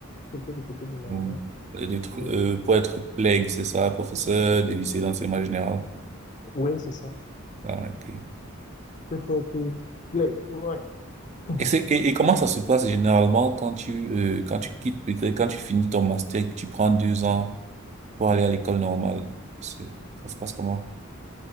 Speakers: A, on the left (about 35°); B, on the right (about 30°).
A: c'était du côté de ma
B: Mhm.
A: maman.
B: Et le tru-
A: Oui,
B: euh, pour être PLEG, c'est ça, professeur des lycées d'enseignement général.
A: oui, c'est ça.
B: Ah, ok.
A: C'est pour pour- pour- ouais. <laughs>
B: Et c'est, et, et comment ça se passe généralement quand tu, euh, quand tu quittes, peut-être quand tu finis ton master, que tu prends deux ans pour aller à l'école normale? C'est, ça se passe comment?